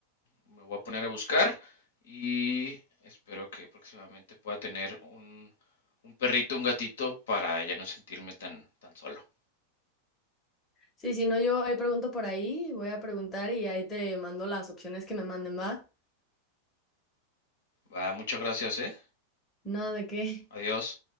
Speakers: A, on the left; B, on the left.
A: me voy a poner a buscar y espero que próximamente pueda tener un, un perrito, un gatito para ya no sentirme tan, tan solo.
B: Sí, si no, yo ahí pregunto por ahí, voy a preguntar y ahí te mando las opciones que me manden, ¿va?
A: Va, muchas gracias, ¿eh?
B: Nada de qué.
A: Adiós.